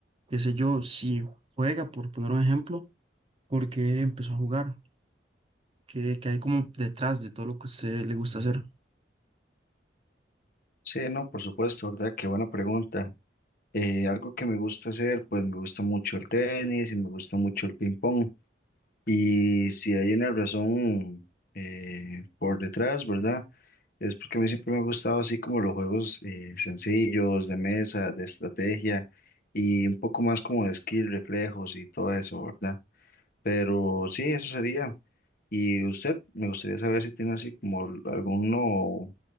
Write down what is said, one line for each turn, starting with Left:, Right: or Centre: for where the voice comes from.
Right: Qué sé yo, si juega, por poner un ejemplo, por qué empezó a jugar, qué, qué hay como detrás de todo lo que a usted le gusta hacer.
Left: Sí, no, por supuesto, ¿verdad? Qué buena pregunta. Eh, algo que me gusta hacer, pues me gusta mucho el tenis y me gusta mucho el ping pong. Y si hay una razón eh, por detrás, ¿verdad? Es porque a mí siempre me ha gustado así como los juegos eh, sencillos, de mesa, de estrategia y un poco más como de skill, reflejos y todo eso, ¿verdad? Pero sí, eso sería. Y usted, me gustaría saber si tiene así como alguno